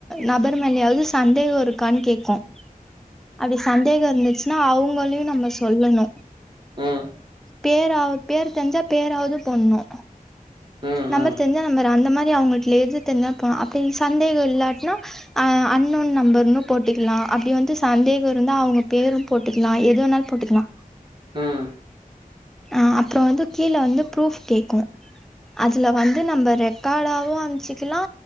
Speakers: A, in the centre; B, on the right (about 30°).
A: நபர் மேலயாவது சந்தேகோ இருக்கான் கேக்கு அப்டி சந்தேகோ இருந்துச்சுன்னா அவுங்களையும் நம்ம சொல்லணு
B: ம் ம்
A: பேராவ் பேர் தெரிஞ்சா பேராவ்து பண்ணோ
B: ம்
A: நம்பர் தெர்ஞ்சா நம்பர் அந்த மாரி அவுங்கல்ட் <unintelligible> சந்தேகோ இல்லாட்னா அ அன்னோன் நம்பர்னு போட்க்லா அப்டி வந்து சந்தேகோ இருந்தா அவுங்க பேரும் போட்டுக்லா எது வேணாலு போட்டுக்லா
B: ம்
A: ஆ அப்றோ வந்து கீழ வந்து ப்ரூஃப் கேக்கு அதுல வந்து நம்ப ரெக்காடாவு அம்ச்சிகிலா